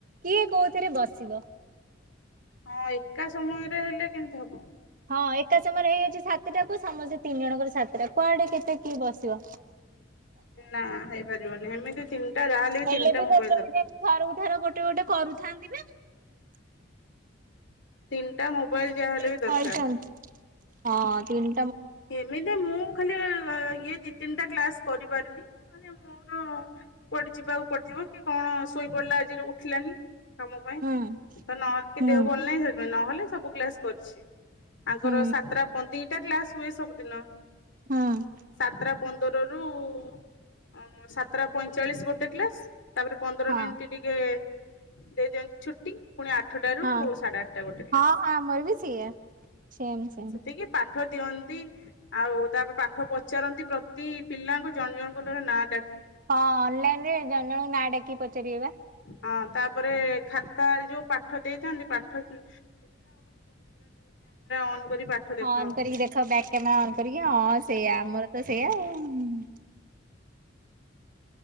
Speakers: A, on the right; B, on the left.
A: କିଏ କୋଉଥିରେ ବସିବ
B: ହଁ ଏକା ସମୟରେ ହେଲେ କେମତି ହବ
A: ହଁ ଏକା ସମୟରେ ହେଇଯାଉଛି ସାତଟା କୁ ସମସ୍ତେ ତିନି ଜଣଙ୍କର ସାତଟା କୁଆଡେ କେତେ କିଏ ବସିବ।
B: ନା ହେଇପାରିବନି ଏମିତି ତିନିଟା ଯାହାହେଲେ
A: ହେଲେ
B: ତିନିଟା
A: ବି
B: ମୋବାଇଲ
A: ଗୋଟେ ଗୋଟେ
B: ଦରକାର।
A: ଥରକୁ ଥର ଗୋଟେ ଗୋଟେ କରୁଛି। <unintelligible>
B: ତିନିଟା ମୋବାଇଲ ଯାହାହେଲେ
A: ଗୋଟେ
B: ବି ଦରକାର।
A: କରିଛନ୍ତି ହଁ ତିନି
B: ଏମିତି ମୁଁ ଖାଲି ଇଏ ଦି ତିନିଟା କ୍ଲାସ କରିପାରିନି ମାନେ ମୋର ପଡିଛି ବା ପଡିଯିବ କି କଣ ଶୋଇ ପଡିଲା ଆଜିରେ ଉଠିଲାନି କାମ ପାଇଁ
A: ହୁଁ
B: ତ ନହେଲେ କି
A: ହୁଁ
B: ଦେହ ଭଲ ନାହିଁ ସେଥିପାଇଁ ନହେଲେ ସବୁ କ୍ଲାସ କରିଛି। ତାଙ୍କର
A: ହୁଁ
B: ସାତଟା ପନ୍ଦି କ୍ଲାସ ହୁଏ ସବୁ ଦିନ
A: ହୁଁ ହଁ
B: ସାତଟା ପନ୍ଦର ରୁ ହଁ ମୋ ସାତଟା ପଇଁଚାଳିଶ ଗୋଟେ କ୍ଲାସ୍। ତାପରେ ପନ୍ଦର
A: ହଁ
B: ମିନିଟ୍ ଟିକେ ଦେଇଦିଅନ୍ତି ଛୁଟି। ପୁଣି ଆଠଟାରୁ
A: ହଁ
B: ସାଢ଼େ ଆଠଟା ଗୋଟେ କ୍ଲାସ୍।
A: ହଁ ଆମର ବି ସେଇଆ ସେମ୍ ସେମ୍।
B: ସେତିକି ପାଠ ଦିଅନ୍ତି। ଆଉ ତାପରେ ପାଠ ପଚାରନ୍ତି ପ୍ରତି ପିଲାଙ୍କୁ ଜଣ ଜଣଙ୍କୁ ଧରି ନାଁ ଡା
A: ହଁ ଅନଲାଇନ୍ ରେ ଜଣ ଜଣ ନାଁ ଡ଼ାକିକି ପଚାରିବେ ବା।
B: ହଁ ତାପରେ ଖାାତାରେ ଯୋଉ ପାଠ ଦେଇଥାନ୍ତି ପାଠ ସି ଅନ୍ କରି ପାଠ ଦେଖାଅ
A: ଅନ୍
B: ହଁ।
A: କରିକି ଦେଖାଅ ବ୍ୟାକ୍ କ୍ୟାମେରା ଅନ୍ କରିକି, ହଁ ସେଇୟା ଆମର ତ ସେଇୟା। ଉଁ, ହୁଁ, ହୁଁ।